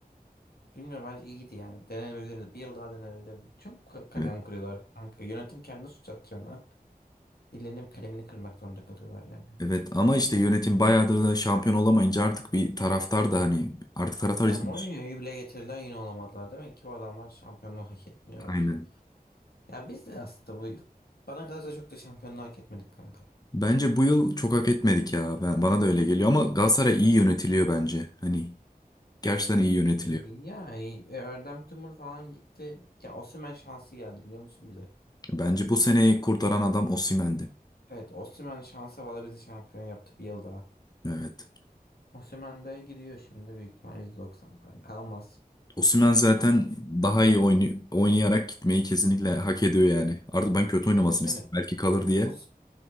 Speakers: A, on the left; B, on the left.
A: Bilmiyorum bence iyiydi yani. Denenebilirdi. Bir yıl daha denenebilirdi. Çabuk ka- kalem
B: Evet.
A: kırıyorlar kanka. Yönetim kendini suç atacağına. Birilerinin kalemini kırmak zorunda kalıyorlar yani.
B: Evet ama işte yönetim bayağıdır da şampiyon olamayınca artık bir taraftar da hani artık taraftar
A: Ya
B: ciddi.
A: Mourinho'yu bile getirdiler yine olamadılar. Demek ki bu adamlar şampiyonluğu hak etmiyor
B: Aynen.
A: bence. Ya biz de aslında bu yıl bana kalırsa çok da şampiyonluğu hak etmedik kanka.
B: Bence bu yıl çok hak etmedik ya. Ben, bana da öyle geliyor ama Galatasaray iyi yönetiliyor bence. Hani gerçekten iyi yönetiliyor.
A: Ya e, Erdem Tümur falan gitti. Ya Osimhen şansı geldi biliyor musun bize?
B: Bence bu seneyi kurtaran adam Osimhen'di.
A: Evet Osimhen şansa bağlı bizi şampiyon yaptı bir yıl daha.
B: Evet.
A: Osimhen de gidiyor şimdi büyük ihtimal %90 falan kalmaz.
B: Osimhen zaten daha iyi oynu- oynayarak gitmeyi kesinlikle hak ediyor yani. Artık ben kötü oynamasını
A: Yani
B: istedim. Belki kalır diye.
A: Os